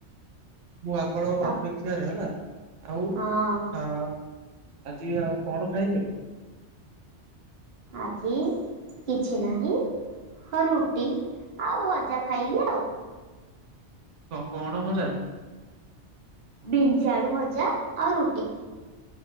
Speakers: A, on the right; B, on the right.
A: <inaudible> ମୁଁ ଆପଣଙ୍କ
B: ତ
A: ଅପେକ୍ଷାରେ ହେଲା ଆଉ
B: ହଁ
A: ହ ଆଜି ଆଉ କଣ ଖାଇଲେ?
B: ଆଜି କିଛି ନାହିଁ। ହଁ ରୁଟି ଆଉ ହଜା ଖାଇଲି ଆଉ।
A: କଣ କଣ ଭଜା?
B: ବିନ୍ସ ଆଳୁ ଭଜା ଆଉ ରୁଟି।